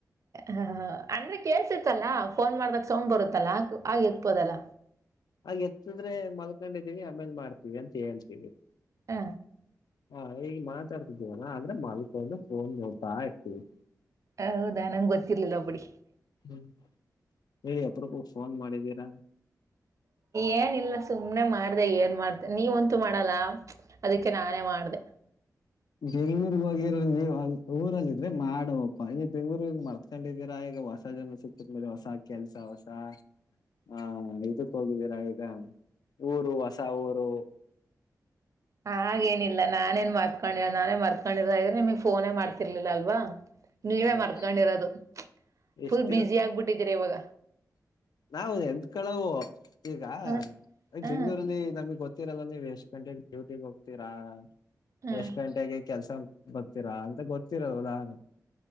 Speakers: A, on the right; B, on the left.
A: ಹ ಹಾ ಅಂದ್ರೆ ಕೇಳ್ಸಿತ್ತಲ್ಲಾ ಫೋನ್ ಮಾಡ್ದಾಗ ಸೌ್ ಬರುತ್ತಲ್ಲ ಆಗ ಎತ್ಪೋದಲ್ಲ
B: ಆ ಎತ್ತಿದ್ರೆ ಮಲ್ಕೊಂಡಿದಿವವಿ ಆಮೇಲ್ ಮಾಡ್ತೀವಿ ಅಂತ ಹೇಳ್ತೀವಿ
A: ಹ
B: ಹಾ ಈಗ ಮಾತಾಡ್ತಿದ್ದೇವಣ ಅ್ರೆ ಮಲ್ಕೊಂಡು ಫೋನ್ ನೋಡ್ತಾ ಇರ್ತೀವಿ
A: ಹೌದಾ ನಂಂಗಗೆ ಗೊತ್ತಿರ್ಲಿಲ್ಲ ಬಿುಡಿ
B: ಹ್ಮ್ ಹೇಳಿ ಅಪ್ರಪ ಫೋನ್ ಮಾಡಿದ್ದೀರಾ
A: ಏನ್ ಇಿಲ್ಲ ಸುಮ್ನೆ ಮಾಡ್ದ ಏನ್ ಮಾಡ್್ದ ನೀವಂತೂ ಮಾಡ ಮಾಡಲ್ಲಾ ಅದಕ್ಕೆ ನಾನೇ ಮಾಡಿದೆ
B: ಬೆಂಗ್ಳೂರ್ ಹೋಗಿರ ನೀವ ಊರಂದಿದ್ರೆ ಮಾಡವಪ್ಪಾ ನೀ ಬೆಂಗ್ಳೂರ್ ಹೋಗ ಮರ್ತ್ಕೊಂಡಿದೀರಾ ಈಗ ಹೊಸ ಜನ ಸಿಗ್ತದ ಮೇಲೆ ಹೊಸ ಕೆಲ್ಸ ಹೊಸ ಹಾ ಇದಕ್ ಹೋಗಿದ್ದೀರಾ ಈಗ ಊರು ಹೊಸ ಊರು
A: ಹಾಗೇನಿಲ್ಲಾ ನಾನೇನ್ ಮತ್ಕೊಂಡಿರ ನಾನೇ ಮರ್ತ್ಕೊಂಡಿರ ಹಾಗ್ರೆ ನಿಮಗ್ ಫೋನೇ ಮಾಡ್ತಿರ್ಲಿಲ್ಲ ಅಲ್ವಾ ನೀವೇ
B: ಹೌದು
A: ಮರ್ತ್ಕೊಂಡಿರೋದು
B: ಎಷ್ಟ್
A: ಫುಲ್ ಬುಸಿ ಆಗ್ಬಿಟ್ಟಿದ್ದೀರಿ ಇವಾಗ
B: ನಾವವು ಎಂಂತ ಕಳವು ಈಗ
A: ಹಾ
B: ಈ
A: ಹಾ
B: ಬೆಂಗ್ಗಳೂರಲ್ಲಿ ನಮಗ್ ಗೊತ್ತೀರಲ್ಲ ನೀ್ ಎಷ್ಟ್ ಗಂಟೆಗೆ ಡ್ಯೂಟಿಗ್ ಹೋಗ್ತೀರಾ
A: ಹಾ
B: ಎಷ್ಟ್ ಗಂಟೆಗೆ ಕೆಲ್ಸ ಬರ್ತೀರಾ ಅಂತ ಗೊತ್ತಿರದು ಉದಾಹ